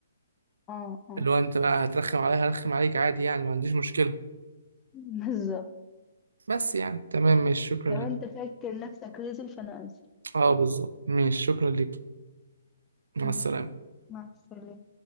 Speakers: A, on the left; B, on the right.
A: اه اه
B: اللي هو انت بقى هترخم عليا هرخم عليك عادي يعني ما عنديش مشكلة
A: بالظبط
B: بس يعني تمام ماشي شكرا
A: لو
B: ليك
A: انت فاكر نفسك رزل فانا انزل
B: اه بالظبط ماشي شكرا ليك مع
A: مع
B: السلامة
A: مع السلامة